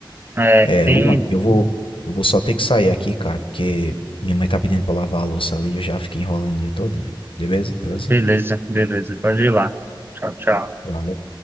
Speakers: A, on the right; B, on the left.
A: É,
B: É,
A: tem
B: Luan, eu vou, eu vou só ter que sair aqui, cara, porque minha mãe tá pedindo pra lavar a louça ali e eu já fiquei enrolando o dia todinho. Beleza? Beleza?
A: Beleza, beleza. Pode ir lá. Tchau, tchau.
B: Valeu.